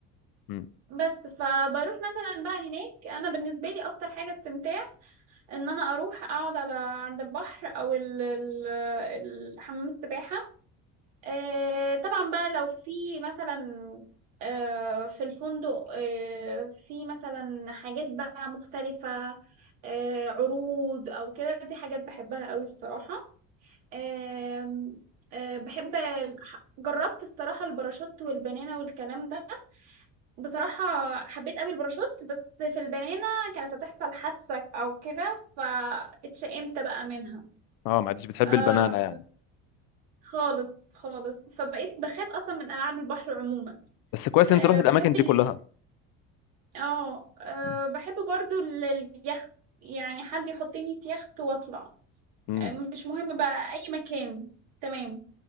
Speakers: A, on the left; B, on the right.
A: مم.
B: بس فبروح مثلا بقى هناك انا بالنسبه لي اكتر حاجه استمتاع ان انا اروح اقعد على عند البحر او ال- ال- ال- حمام السباحه آه، طبعا بقى لو في مثلا آه، في الفندق آه، في مثلا حاجات بقى مختلفة آه، عروض أو كده دي حاجات بحبها قوي بصراحة آم، آه، بحب جربت الصراحة الباراشوت والبنانة والكلام ده بصراحة حبيت قوي الباراشوت بس في البنانة كانت هتحصل حادثة أو كده فاتشائمت بقى منها
A: اه ما عادش بتحب
B: آه،
A: البنانه يعني
B: خالص خالص فبقيت بخاف أصلا من ألعاب البحر عموما
A: بس كويس
B: أه
A: انت رحت
B: بحب
A: الاماكن دي
B: ال...
A: كلها
B: اه آه،
A: مم.
B: بحب برضو ال- اليخت يعني حد يحطني في يخت واطلع
A: مم.
B: أه مش مهم بقى اي مكان تمام